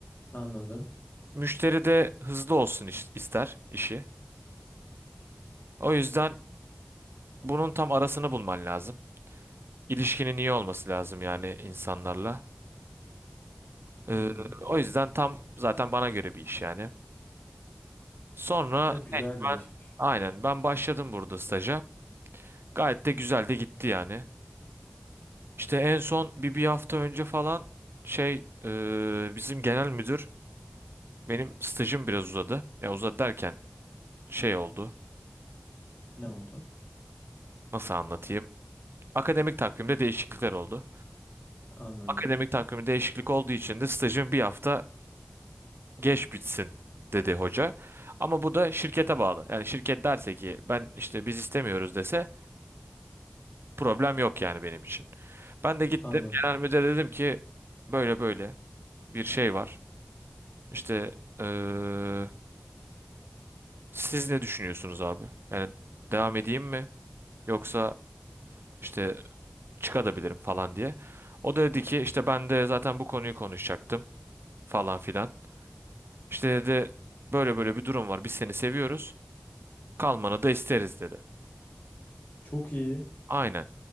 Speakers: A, on the left; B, on the right.
A: Anladım.
B: Müşteri de hızlı olsun iş- ister işi. O yüzden bunun tam arasını bulman lazım. İlişkinin iyi olması lazım yani insanlarla. Ee,
A: Hı hı.
B: o yüzden tam zaten bana göre bir iş yani. Sonra
A: Evet güzel
B: evet,
A: bir
B: ben
A: işmiş.
B: aynen ben başladım burada staja. Gayet de güzel de gitti yani. İşte en son bir bir hafta önce falan şey e, bizim genel müdür benim stajım biraz uzadı. Ya uzadı derken şey oldu.
A: Ne oldu?
B: Nasıl anlatayım? Akademik takvimde değişiklikler oldu.
A: Anladım.
B: Akademik takvimi değişiklik olduğu için de stajım bir hafta geç bitsin dedi hoca. Ama bu da şirkete bağlı. Yani şirket derse ki ben işte biz istemiyoruz dese problem yok yani benim için. Ben de gittim
A: Anladım.
B: genel müdüre dedim ki böyle böyle bir şey var. İşte eee, siz ne düşünüyorsunuz abi? Yani devam edeyim mi? Yoksa işte çıkabilirim falan diye. O da dedi ki işte ben de zaten bu konuyu konuşacaktım falan filan. İşte dedi böyle böyle bir durum var. Biz seni seviyoruz. Kalmanı da isteriz dedi.
A: Çok iyi.
B: Aynen.